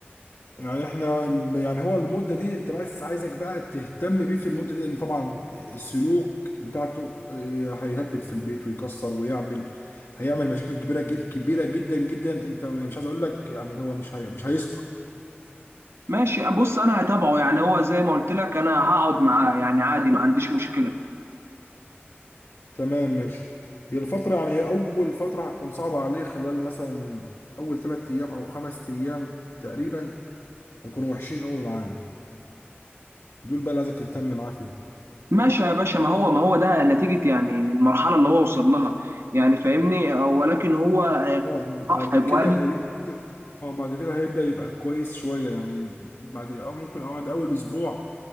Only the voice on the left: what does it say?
يعني احنا الم- يعني هو المده دي انت بس عايزك بقى تهتم بيه في المده دي لان طبعا السلوك بتاعته آه، هيهبط في البيت ويكسر ويعمل هيعمل مشاكل كبيره ج- كبيره جدا جدا انت مش عايز اقول لك يعني هو مش هي... مش هيسكت
تمام ماشي هي الفترة يعني هي أول فترة هتكون صعبة عليه خلال مثلا أول ثلاث أيام أو خمس أيام تقريبا هيكونوا وحشين أوي معانا دول بقى اللي عايزك تهتم معاه فيهم
اه بعد
كده
هيبدأ اه بعد كده هيبدأ يبقى كويس شوية يعني بعد أو ممكن أو بعد أول أسبوع